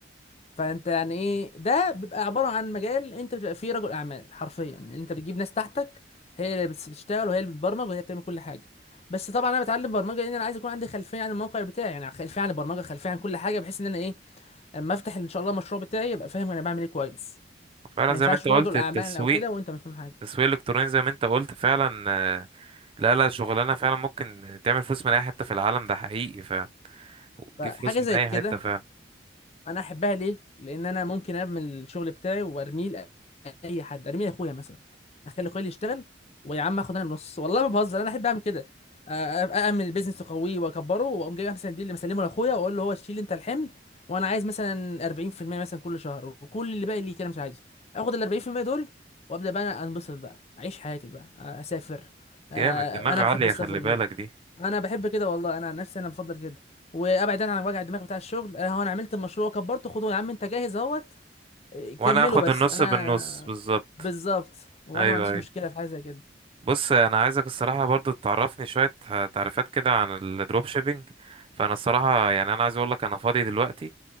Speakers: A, on the left; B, on the right.
A: فانت يعني ايه ده بيبقى عباره عن مجال انت بتبقى فيه رجل اعمال حرفيا انت بتجيب ناس تحتك هي اللي بتس- بتشتغل وهي اللي بتبرمج وهي اللي بتعمل كل حاجه بس طبعا انا بتعلم برمجه لان انا عايز يكون عندي خلفيه عن الموقع بتاعي يعني خلفيه عن البرمجه خلفيه عن كل حاجه بحيث ان انا ايه اما افتح ان شاء الله المشروع بتاعي ابقى فاهم انا بعمل ايه كويس
B: فعلا
A: ما
B: زي
A: ينفعش
B: ما انت
A: تكون
B: قلت
A: رجل
B: التسويق
A: اعمال او كده وانت مش فاهم حاجه
B: التسويق الالكتروني زي ما انت قلت فعلا آه، لا لا شغلانه فعلا ممكن تعمل فلوس من اي حته في العالم ده حقيقي فعلا وتجيب
A: فحاجه
B: فلوس من
A: زي
B: اي حته
A: كده
B: فعلا
A: انا احبها ليه لان انا ممكن ابني الشغل بتاعي وارميه لاي حد ارميه لاخويا مثلا اخلي اخويا اللي يشتغل ويا عم اخد انا النص والله ما بهزر انا احب اعمل كده أ- أ- اعمل بيزنس واقويه واكبره واقوم جايب مثلا دي اللي مسلمه لاخويا واقول له هو شيل انت الحمل وانا عايز مثلا 40% مثلا كل شهر وكل اللي باقي ليك انا مش عايزه اخد ال 40% دول وابدا بقى انا انبسط بقى اعيش حياتي بقى اسافر أ- انا
B: جامد دماغ عاليه
A: بحب السفر
B: خلي بالك
A: جدا
B: دي
A: انا بحب كده والله انا عن نفسي انا بفضل كده وابعد انا عن وجع الدماغ بتاع الشغل انا هو انا عملت المشروع كبرته خدوه يا عم انت جاهز اهوت إيه،
B: وانا
A: كمله
B: اخد
A: بس
B: النص
A: انا
B: بالنص بالظبط
A: بالظبط وانا
B: ايوه
A: ما عنديش
B: ايوه
A: مشكله في حاجه زي كده
B: بص انا عايزك الصراحه برضو تعرفني شويه تعريفات كده عن الدروب شيبينج فانا الصراحه يعني انا عايز اقول لك انا فاضي دلوقتي